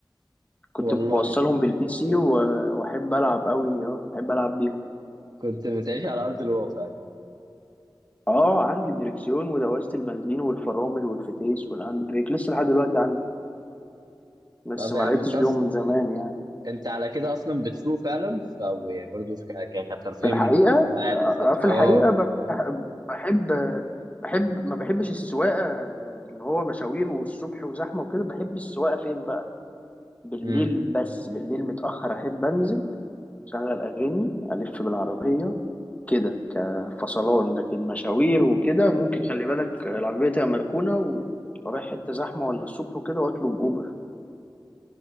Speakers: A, on the left; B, on the right.
A: كنت
B: والله
A: بوصلهم بالبي سي و- واحب العب قوي اه احب العب بيهم
B: كنت بتعيش على ارض الواقع
A: اه عندي الدركسيون ودواسة البنزين والفرامل والفتيس والهاند بريك لسه لحد دلوقتي عندي بس
B: طب
A: ما
B: يا عم
A: لعبتش
B: انت
A: بيهم من زمان يعني
B: انت على كده اصلا بتسوق فعلا ف أو يعني برضه في- ك- ك- كترفيه
A: في الحقيقة
B: من انواع
A: آه،
B: الذات
A: في
B: اه
A: الحقيقة بح- بحب بحب ما بحبش السواقة اللي هو مشاوير والصبح وزحمة وكده بحب السواقة فين بقى بالليل
B: امم
A: بس بالليل متأخر أحب أنزل أشغل أغاني ألف بالعربية كده كفصلان لكن مشاوير وكده ممكن خلي بالك العربية تبقى مركونة و- ورايح حتة زحمة ولا الصبح وكده وأطلب أوبر